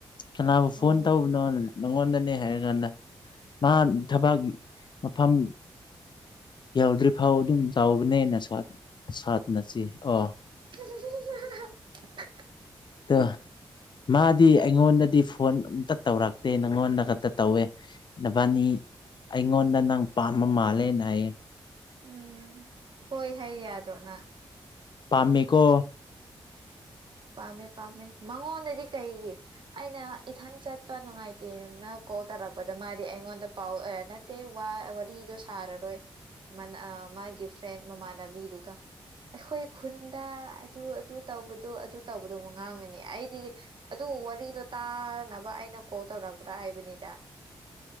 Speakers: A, on the left; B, on the right.
A: ꯀꯅꯥꯕꯨ
B: ꯑꯣ
A: ꯐꯣꯟ ꯇꯧꯕꯅꯣ ꯅꯉꯣꯟꯗꯅꯦ ꯍꯥꯏꯔꯀꯥꯟꯗ ꯃꯥ ꯊꯕꯛ ꯃꯐꯝ ꯌꯥꯎꯗ꯭ꯔꯤ ꯐꯥꯎ ꯑꯗꯨꯝ ꯇꯧꯕꯅꯦꯅ ꯁꯥꯅ ꯁꯥꯠꯅꯁꯤ ꯑ
B: ꯍꯨ ꯍꯨ ꯍꯨ ꯍꯥ ꯍꯥ ꯍꯥ
A: ꯑꯗꯣ ꯃꯥ ꯗꯤ ꯑꯩꯉꯣꯟꯗꯗꯤ ꯐꯣꯟ ꯑꯝꯇ ꯇꯧꯔꯛꯇꯦ ꯅꯪꯉꯣꯟꯗ ꯈꯛꯇ ꯇꯧꯋꯦ ꯅꯕꯥꯅꯤ ꯑꯩꯉꯣꯟꯗ ꯅꯪ ꯄꯥꯝꯕ ꯃꯥꯜꯂꯦꯅ ꯍꯥꯢꯌꯦ
B: ꯎꯝ ꯍꯣꯢ ꯍꯥꯢ ꯌꯥꯗ꯭ꯔꯣ ꯅ
A: ꯄꯥꯝꯃꯤꯀꯣ
B: ꯄꯥꯝꯃꯦ ꯄꯥꯝꯃꯦ ꯃꯉꯣꯟꯗꯗꯤ ꯀꯩꯒꯤ ꯑꯩꯅ ꯏꯊꯟ ꯆꯠꯄ ꯅꯨꯡꯉꯥꯏꯇꯦꯅ ꯀꯣꯜ ꯇꯥꯔꯛꯄꯗ ꯃꯥꯗꯤ ꯑꯩꯒꯣꯟꯗ ꯄꯥꯎ ꯑꯦ ꯅꯠꯇꯦ ꯋꯥ ꯋꯔꯤꯗꯣ ꯁꯥꯔꯔꯣꯢ ꯃꯥꯅ ꯑꯥ ꯃꯥꯒꯤ ꯐ꯭ꯔꯦꯟ ꯃꯃꯥꯟꯅꯕꯤꯗꯨꯒ ꯑꯩꯈꯣꯏ ꯈꯨꯟꯗ ꯑꯗꯨ ꯑꯗꯨ ꯇꯧꯕꯗꯣ ꯑꯗꯨ ꯇꯧꯕꯗꯣ ꯃ ꯉꯥꯡꯉꯅꯤ ꯑꯩꯗꯤ ꯑꯗꯨ ꯋꯥꯔꯤꯗꯣ ꯇꯥꯅꯕ ꯑꯩꯅ ꯀꯣꯜ ꯇꯧꯔꯛꯄ꯭ꯔꯥ ꯍꯥꯏꯕꯅꯤꯗ